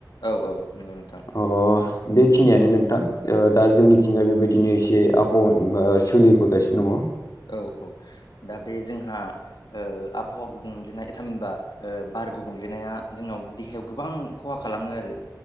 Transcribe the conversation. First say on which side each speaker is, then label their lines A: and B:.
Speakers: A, on the left; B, on the left.
A: औ औ नंगौ नोंथां।
B: अ बेखिनियानो नोंथां। ओ दा जोंनिथिंजाय बेबायदिनो एसे आबहाव बा सोलिबोगासिनो दङ।
A: औ औ दा बे जोंहा ओ आबहावा गुबुंलेनाय थामिनबा बार गुबुंलेनाया जोंनाव देहायाव गोबां खहा खालामो आरो।